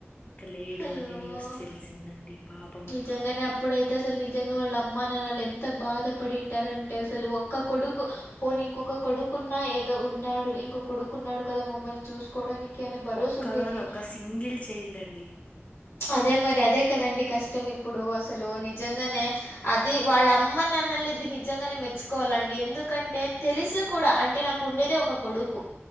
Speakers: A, on the left; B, on the left.
A: ఇక్క లేడు
B: అయ్యో
A: అనే న్యూస్ తెలిసిందండి పాప్
B: నిజంగానే అప్పుడే అయితే అసలు నిజంగా వాళ్ళ అమ్మా నాన్ను ఎంత బాధపడింటారు అంటే అసలు ఒక్క కొడుకు పోని ఇం ఒక కొడుకున్నా ఏదో ఉన్నాడు ఇంకొ కొడుకున్నాడు కదా మమ్మల్ని చూసుకోవడానికి అనే భరోసా
A: ఒక్కగాని
B: ఉండేది
A: ఒక్క సింగిల్ చైల్డ్ అండి
B: అదే మరి అదే కదండి కష్టం ఇప్పుడు అసలు నిజంగానే అది వాళ్ళ అమ్మ నన్న మది నిజంగానే మెచ్చుకోవాలండి ఎందుకంటే తెలుసు కూడా అంటే నాకు ఉండేదే ఒక కొడుకు